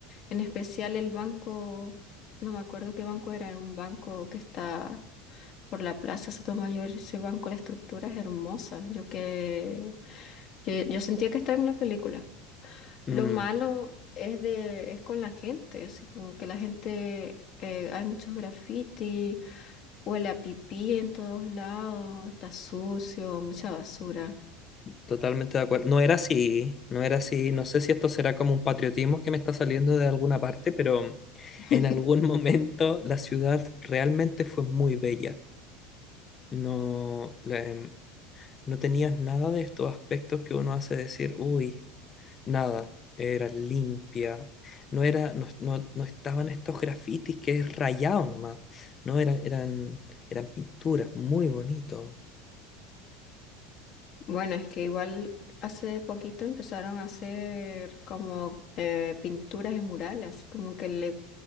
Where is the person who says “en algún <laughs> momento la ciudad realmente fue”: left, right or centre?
Left